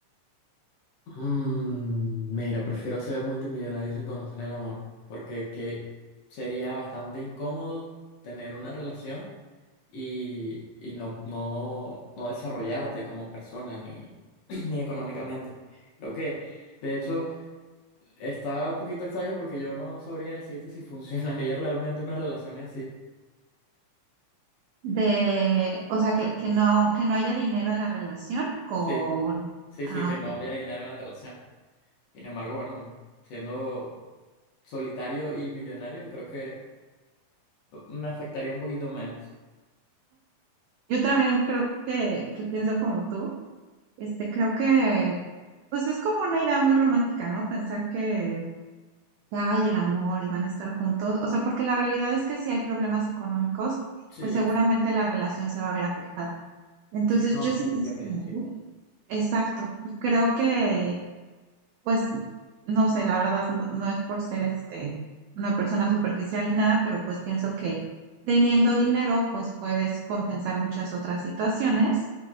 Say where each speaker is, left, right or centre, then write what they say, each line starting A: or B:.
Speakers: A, on the left; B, on the right.
A: Mm, mira, prefiero ser multimillonario sin conocer el amor, porque que sería bastante incómodo tener una relación y, y no, no, no desarrollarte como persona ni, <clears throat> ni económicamente. Lo que, de hecho, está un poquito extraño porque yo no sabría decirte si <laughs> funcionaría realmente una relación así.
B: De, o sea, que, que no, que no haya dinero en la relación o...
A: Sí, sí,
B: Ah,
A: sí, que
B: ok.
A: no haya dinero en la relación. Sin embargo, bueno, siendo solitario y millonario, creo que me afectaría un poquito menos.
B: Yo también creo que, que pienso como tú. Este, creo que, pues es como una idea muy romántica, ¿no? Pensar que, que, ay, el amor y van a estar juntos. O sea, porque la realidad es que si hay problemas económicos,
A: Sí,
B: pues seguramente
A: sí,
B: la relación se va a ver afectada. Entonces,
A: Sí, no,
B: yo
A: sí,
B: sí pienso
A: siempre
B: como
A: es así.
B: tú. Exacto. Creo que Pues no sé, la verdad no, no es por ser este una persona superficial ni nada, pero pues pienso que teniendo dinero pues puedes compensar muchas otras situaciones.